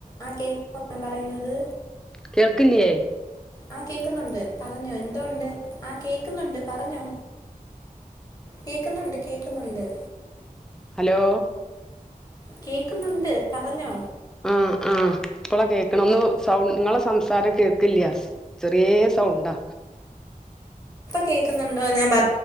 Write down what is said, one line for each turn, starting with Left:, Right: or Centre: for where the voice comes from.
Left: ആഹ് കേക്കൻ പറയുന്നത്.
Centre: കേൾക്കില്യേ?
Left: ആഹ് കേക്കുന്നുണ്ട് പറഞ്ഞോ എന്തോ ഉണ്ട് ആഹ്. കേക്കുന്നുണ്ട് പറഞ്ഞോ കേക്കുന്നുണ്ട് കേക്കുന്നുണ്ട്.
Centre: ഹലോ.
Left: കേക്കുന്നുണ്ട് പറഞ്ഞോ.
Centre: ആഹ് ആഹ് ഇപ്പള കേക്കണെ ഒന്ന് സൗ നിങ്ങളെ സംസാരം കേൾക്കില്യ. ചെറിയെ സൗണ്ടാ.
Left: കേക്കുന്നുണ്ടോ ഞാൻ പ